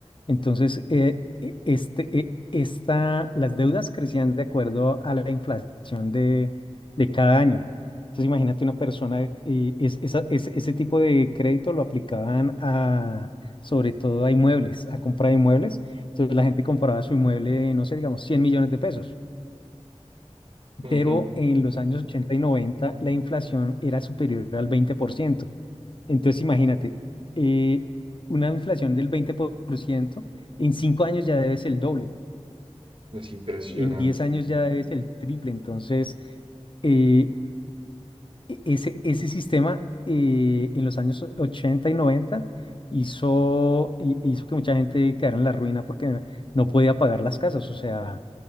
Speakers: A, on the left; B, on the right.
A: Entonces, eh, e- este, e- esta, las deudas crecían de acuerdo a la inflación de, de cada año. Entonces, imagínate una persona, eh, es- esa- ese ese tipo de crédito lo aplicaban a, sobre todo a inmuebles, a compra de inmuebles. Entonces, la gente compraba su inmueble, no sé, digamos, 100 millones de pesos
B: Ujú,
A: pero
B: ujú.
A: en los años 80 y 90 la inflación era superior al 20%. Entonces, imagínate, eh, una inflación del 20% en cinco años ya debes el doble,
B: Es impresionante.
A: en 10 años ya debes el triple. Entonces, eh, e- Ese, ese sistema eh, en los años 80 y 90 hizo, hi- hizo que mucha gente quedara en la ruina porque no podía pagar las casas. O sea,